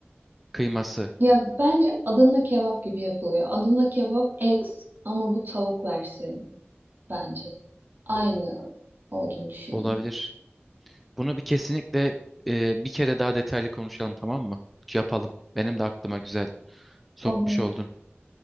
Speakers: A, in the centre; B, on the right.
A: kıyması.
B: Ya bence Adana kebap gibi yapılıyor. Adana kebap et ama bu tavuk versiyonu bence. Aynı olduğunu düşünüyorum.
A: Olabilir. Bunu bir kesinlikle e, bir kere daha detaylı konuşalım tamam mı? Yapalım. Benim de aklıma güzel sokmuş
B: Olur.
A: oldun.